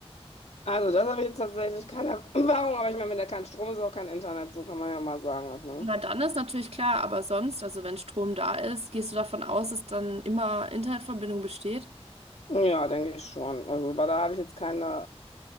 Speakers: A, on the left; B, on the right.
A: Also das habe ich jetzt tatsächlich keine <clears throat> Erfahrung, aber ich meine, wenn da kein Strom ist, auch kein Internet, so kann man ja mal sagen erstmal,
B: Na, dann ist natürlich klar, aber sonst, also wenn Strom da ist, gehst du davon aus, dass dann immer Internetverbindung besteht?
A: ne? Ja, denke ich schon. Also, aber da habe ich jetzt keine